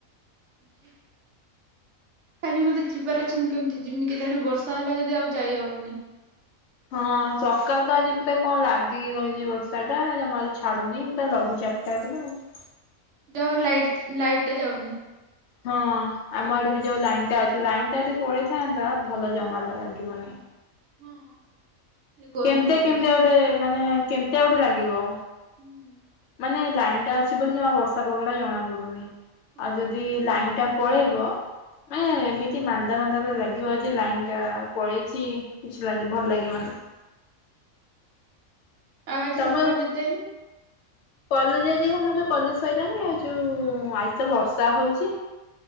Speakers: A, on the right; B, on the left.
A: <inaudible> ଖାଲି ମତେ ଯିବାର ଅଛି ମୁଁ କେମିତି ଯିମି କେଜାଣି ବର୍ଷା ହେଲା ଯଦି ଆଉ ଯାଇହବନି।
B: ହଁ ସକାଳୁ ତ ଆଜି ପୁରା କଣ ଲାଗିକି ରହିଚି ବର୍ଷାଟା ଜମା ଛାଡୁନି ପୁରା ଲଘୁଚାପ। <unintelligible>
A: ଯା ହଉ ଲାଇଟ୍ ଲାଇଟ୍ ଟା ଯାଉନି।
B: ହଁ ଆମ ଆଡେ ବି ଯୋଉ ଲାଇନ୍ ଟା ଅଛି ଲାଇନ ଟା ଯଦି ପଳେଇଥାନ୍ତା ଭଲ ଜମା ଲାଗିବନି।
A: ହଁ ଗରମ
B: କେମତିଆ
A: ଗରମ
B: କେମତିଆ
A: ଲାଗୁ
B: ଗୋଟେ ମାନେ କେମତିଆ ଗୋଟେ ଲାଗିବ।
A: ହୁଁ।
B: ମାନେ ଲାଇନ ଟା ଅଛି ବୋଲି ଜମା ବର୍ଷା ପାଗଟା ଜଣା ପଡୁନି
A: ହଁ
B: ଆଉ
A: ପା।
B: ଯଦି ଲାଇନ ଟା ପଳେଇବ ମ ଏମିତି ମାନ୍ଦା ମାନ୍ଦା ଭଳେ ଲାଗିବ ଯେ ଲାଇନ ଟା ପଳେଇଚି। କିଛି ଲାଗି ଭଲ ଲାଗିବନି।
A: ଆଉ ଆଜି
B: ତମ
A: କଣ କଲେଜ ଯାଇନୁ?
B: କଲେଜ ଆଜି <unintelligible> କଲେଜ ସରିଲାଣି ଆଉ ଯୋଉ ଆଜିତ ବର୍ଷା ହଉଚି।